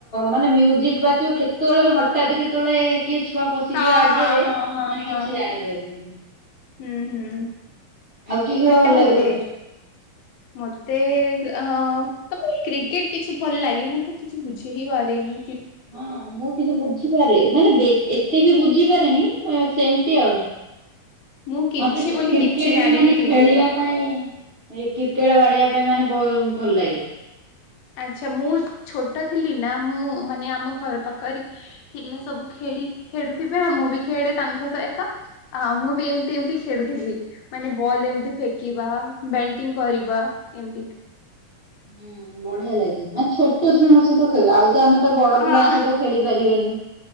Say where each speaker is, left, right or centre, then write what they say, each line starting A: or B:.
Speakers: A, on the left; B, on the left.
A: ମାନେ ମ୍ୟୁଜିକ ବାଚିବ, କେତେବେଳେେ ହଠତ୍ କେତେବେଳେ କିଏ ଛୁଆ ପଶିଯିବା
B: ହଁ
A: ଆଗରେ
B: ହଁ ହଁ
A: ମାନେ
B: ହଁ ହଁ
A: କିଛି ଜାଣି
B: ହଁ
A: ପାରନ୍ତିନି,
B: ହୁଁ ହୁଁ
A: ଆଉ କିଏ ଖେଳ
B: ସେଟା
A: ଭଲ
B: ହୁଏ
A: ଲାଗେ ତମକୁ?
B: ମତେ ଅ ତମ କ୍ରିକେଟ କିଛି ଭଲ ଲାଗେ, ମୁଁ ତ କିଛି ବୁଝି ହି ପାରେିନି।
A: ହଁ, ମୁଁ କିନ୍ତୁ ବୁଝିପାରେ ମାନେ ବେଶୀ ଟିକେ ବି ବୁଝିପାରେନି ସେମତି ଆଉ,
B: ମୁଁ କିଛି
A: ମତେ କ୍ରିକେଟ
B: ବୋଲି କିଛି ଜାଣିନି
A: ବି ମାନେ
B: କ୍ରିକେଟ
A: ଖେଳିବା
B: ର
A: ପାଇଁ, ଏଇ କ୍ରିକେଟ ବାଡେଇବା ପାଇଁ ମାନେ ବ ଭଲ ଲାଗେ।
B: ଆଚ୍ଛା ମୁଁ ଛୋଟ ଟ ଥିଲି ନା ମୁଁ ମାନେ ଆମ ଘର ପାଖରେ ପିଲା ସବୁ ଖେଳି ଖେଳୁଥିବେଉ ମୁଁ ବି ଖେଳେ ତାଙ୍କ ସହିତ ଆଉ ମୁଁ ବି ଏମିତି ଏମିତି ଖେଳୁଥିଲି ମାନେ ବଲ୍ ଏମତି ଫିଙ୍ଗିବା ବ୍ୟାଟିଂ କରିବା ଏମତି
A: ହୁଁ ବଢିଆ ଲାଗେ ମାନେ ଛୋଟ ଛୁଆଙ୍କ ସହିତ ଖେଳ ଆଉ ତ ଆମେ ତ ବଡ
B: ହଁ
A: ପିଲାଙ୍କ ସହିତ ଖେଳି ପାରିବାନି।